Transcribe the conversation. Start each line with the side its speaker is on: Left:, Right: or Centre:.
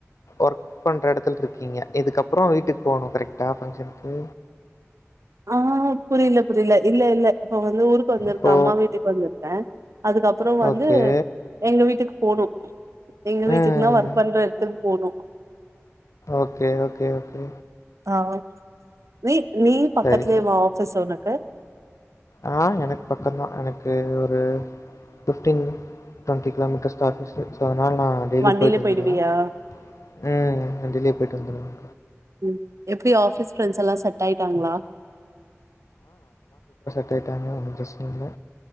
Left: ஒர்க் பண்ற எடத்துல்ருக்கீங்க இதுக்கப்றோ வீட்டுக் போணு கரெக்ட்டா ஃபங்க்ஷன்க்கு
Right: ஆ புரில புரில இல்ல இல்ல இப்ப வந்து ஊருக்கு வந்துருக்க
Left: இப்போ
Right: அம்மா வீட்டுக்கு வந்துருக்கே அதுக்கப்புறொ வந்து
Left: ஓகே.
Right: எங்க வீட்டுக்கு போணு எங்க வீட்டுக்னா
Left: ம்.
Right: ஒர்க் பண்ற எட்த்துக்கு போணு
Left: ஓகே, ஓகே, ஓகே.
Right: ஆஹ நீ நீ பக்கத்தலவே
Left: சரி,
Right: வா ஆஃபிஸ் உனக்க
Left: ஆஹ் எனக்கு பக்க்தான் எனக்கு ஒரு பிப்டீன் டுவெண்டி கிலோமீட்டர் ஆபீஸ் சொ நான் னா டெய்லியி
Right: வண்டில
Left: போயி்ட்டு வந்துடுவேன்
Right: போயிடுவியா
Left: ம் நான் வண்டியிலயே போயிட்டு வந்துடுவேன்
Right: ம் எப்படி ஆபீஸ் ஃபிரண்ட்ஸ் எல்லாம் செட் ஆயிட்டாங்களா
Left: செட்டாயி ட்டாங்க ஒன்னும் பிரச்சனை இல்லை